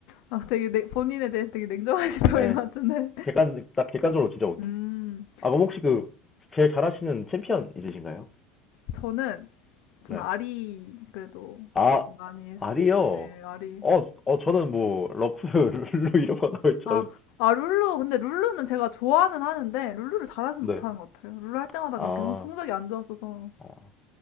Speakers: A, on the left; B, on the left.
A: 아, 되게 내- 본인에 대해서 되게 냉정하신 <laughs> 편인
B: 예.
A: 것 같은데.
B: 객관, 딱 객관적으로 진짜 못해.
A: 음
B: 아, 그럼 혹시 그, 제일 잘하시는 챔피언 있으신가요?
A: 저는 저는
B: 네.
A: 아리 그래도
B: 아,
A: 많이 했.
B: 아리요.
A: 네 아리.
B: 어, 어, 저는 뭐, 럭스, <laughs> 룰루 이런 거 나올 줄
A: 아,
B: 알았는데.
A: 아, 룰루. 근데 룰루는 제가 좋아는 하는데, 룰루를 잘하진
B: 네.
A: 못하는 것 같아요. 룰루 할 때마다
B: 아,
A: 그렇게 성- 성적이 안 좋았어서.
B: 어.